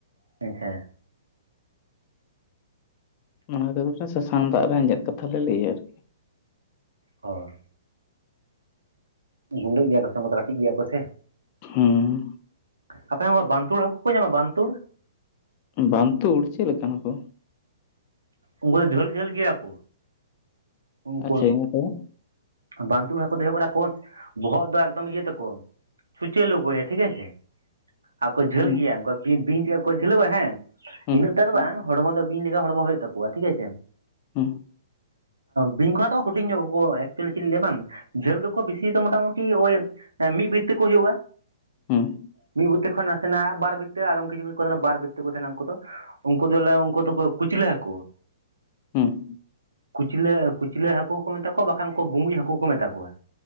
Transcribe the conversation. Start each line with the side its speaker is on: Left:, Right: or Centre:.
Right: <unintelligible>
Left: ᱚᱱᱟ <unintelligible> ᱥᱟᱥᱟᱝ ᱫᱟᱜ ᱨᱮ ᱟᱸᱡᱮᱫ ᱠᱟᱛᱷᱟ ᱞᱮ ᱞᱟᱹᱭᱟ ᱟᱨᱠᱤ
Right: ᱦᱳᱭ ᱜᱩᱸᱰᱟᱹᱜ ᱜᱮᱭᱟ ᱠᱚ <unintelligible> ᱠᱟᱹᱴᱤᱡ ᱜᱮᱭᱟ ᱠᱚ ᱥᱮ᱾
Left: ᱦᱩᱸ᱾
Right: ᱟᱯᱮ ᱦᱚᱸ ᱵᱟᱱᱛᱩᱲ ᱦᱟᱹᱠᱩ ᱠᱚ ᱧᱟᱢᱟ ᱵᱟᱱᱛᱩᱲ?
Left: ᱵᱟᱱᱛᱩᱲ ᱪᱮᱫ ᱞᱮᱠᱟ ᱱᱟᱠᱚ?
Right: ᱩᱱᱠᱩ ᱫᱚ ᱡᱷᱟᱹᱞ ᱡᱷᱟᱹᱞ ᱜᱮᱭᱟ ᱠᱚ᱾ ᱩᱱᱠᱩ
Left: ᱟᱪᱪᱷᱟ
Right: <unintelligible>
Left: ᱤᱱᱟᱹ ᱛᱟᱭᱚᱢ
Right: ᱵᱟᱱᱛᱩᱲ ᱦᱟᱹᱠᱩ ᱫᱚ ᱦᱩᱭᱩᱜ ᱠᱟᱱᱟ ᱠᱚ ᱵᱚᱦᱚᱜ ᱫᱚ ᱮᱠᱫᱚᱢ ᱤᱭᱟᱹ ᱛᱟᱠᱚ ᱯᱷᱩᱪᱚ ᱞᱚᱠᱚᱭ ᱴᱷᱤᱠ ᱟᱪᱷᱮ᱾ ᱟᱨ ᱠᱚ ᱡᱷᱟᱹᱞ
Left: ᱦᱩᱸ
Right: ᱜᱮᱭᱟ ᱠᱚ ᱩᱱᱠᱭᱞᱩ ᱵᱤᱧ ᱪᱮᱫ ᱞᱮᱠᱟ ᱠᱚ ᱡᱷᱞᱟᱹᱜ-ᱟ ᱦᱮᱸ
Left: ᱦᱩᱸ
Right: ᱤᱱᱟᱹᱜ ᱫᱚ ᱵᱟᱝ ᱦᱚᱲᱢᱚ ᱫᱚ ᱵᱤᱧ ᱞᱮᱠᱟ ᱦᱚᱲᱢᱚ ᱦᱩᱭᱩᱜ ᱛᱟᱠᱚᱣᱟ ᱴᱷᱤᱠ ᱟᱪᱷᱮ ᱾
Left: ᱦᱮᱸ᱾
Right: ᱵᱤᱧ ᱠᱷᱚᱱᱟᱜ ᱛᱚ ᱦᱩᱴᱤᱧ ᱧᱚᱜᱚᱜ-ᱟᱠᱚ ᱮᱠᱪᱩᱭᱮᱞᱤ ᱪᱮᱫ ᱞᱤᱧ ᱞᱟᱹᱭᱟ ᱵᱟᱝ ᱡᱷᱟᱹᱞ ᱫᱚᱠᱚ ᱵᱮᱥᱤ ᱫᱚ ᱢᱚᱴᱟᱢᱩᱴᱤ ᱳᱭ ᱦᱮᱸ ᱢᱤᱫ ᱵᱤᱛᱟᱹ ᱠᱚ ᱦᱩᱭᱩᱜᱼᱟ᱾
Left: ᱦᱮᱸ᱾
Right: ᱢᱤᱫ ᱵᱤᱛᱟᱹ ᱠᱷᱚᱱ ᱱᱟᱥᱮᱱᱟᱜ ᱵᱟᱨ ᱵᱤᱛᱟᱹ ᱟᱫᱚᱢ ᱠᱤᱪᱷᱩ ᱠᱚ ᱛᱟᱦᱮᱱᱟ ᱵᱟᱨ ᱵᱤᱛᱟᱹ ᱠᱚ ᱛᱟᱦᱮᱱᱟ ᱩᱱᱠᱩ ᱫᱚ᱾ ᱩᱱᱠᱩ ᱫᱚ ᱞᱮ ᱩᱱᱠᱩ ᱫᱚ ᱠᱚ ᱠᱩᱪᱞᱟᱹ ᱦᱟᱠᱩ᱾
Left: ᱦᱮᱸ᱾
Right: ᱠᱩᱪᱞᱟᱹ <unintelligible> ᱦᱟᱹᱠᱩ ᱦᱚᱸ ᱠᱚ ᱢᱮᱛᱟ ᱠᱚᱣᱟ ᱵᱟᱠᱷᱟᱱ ᱩᱱᱠᱩ ᱵᱩᱵᱩᱡ ᱦᱟᱹᱠᱩ ᱠᱚ ᱢᱮᱛᱟ ᱠᱚᱣᱟ᱾